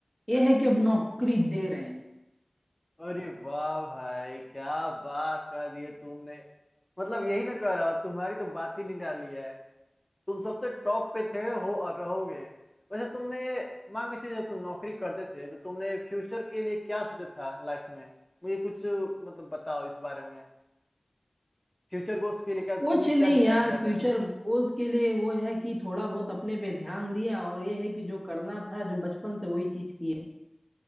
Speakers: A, on the right (about 30°); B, on the left (about 15°).
A: ये है कि अब नौकरी दे रहे हैं
B: अरे वाह भाई क्या बात कर दी है तुमने मतलब यही ना कह रहा हूं, तुम्हारी तो बात ही नहीं डाली है तुम सबसे टॉप पे थे हो और रहोगे वैसे तुमने मान के चलिए जब तुम नौकरी करते थे तो तुमने फ्यूचर के लिए क्या सोचा था लाइफ में मुझे कुछ मतलब बताओ इस बारे में फ्यूचर गोल्स के लिए क्या तुमने
A: कुछ
B: क्या
A: नहीं
B: डिसाइड
A: यार
B: किया
A: फ्यूचर
B: था
A: गोल्स के लिए वो है कि थोड़ा बहुत अपने पे ध्यान दिया और ये है कि जो करना था जो बचपन से वही चीज की है